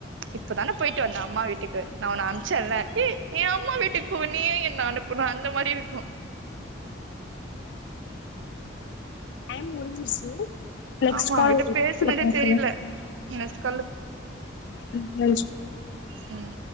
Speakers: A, on the right; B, on the left.
A: இப்பதானே போயிட்டு வந்த அம்மா வீட்டுக்கு நா உன்ன அம்சேல ஏ அம்மா வீட்டுக்கு போவ நீ ஏன் என்ன அனுப்புனு அந்த மாரி இருக்கும்
B: டைம் முடிஞ்சு சோ நெக்ஸ்
A: ஆமா
B: கால்
A: அவங்கிட்ட பேசுனதே
B: பாக்கலாம்
A: தெரில நெக்ஸ்ட்
B: இம்மோஷன்
A: ம்